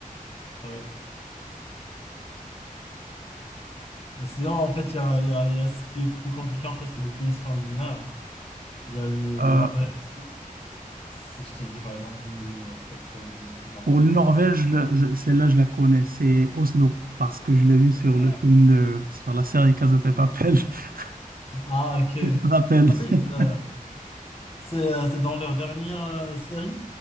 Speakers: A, on the left (about 45°); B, on the right (about 80°).
A: Ah Oui. Euh, sinon, en fait, il y a, il y a, il y a ce qui est plus compliqué, en fait, c'est les pays scandinaves. Il y a le
B: Euh,
A: Norvège aussi. Si je te dis par exemple la capitale de, de Norvège.
B: pour le Norvège, là, je- celle-là, je la connais, c'est Oslo, parce que je l'ai vu sur
A: Ouais.
B: le film de, sur la série Casa de Papel, <laughs>
A: Ah, ok.
B: si tu te rappelles.
A: Ah oui,
B: <laughs>
A: ils, euh, c'est euh, c'est dans leur dernière euh, série?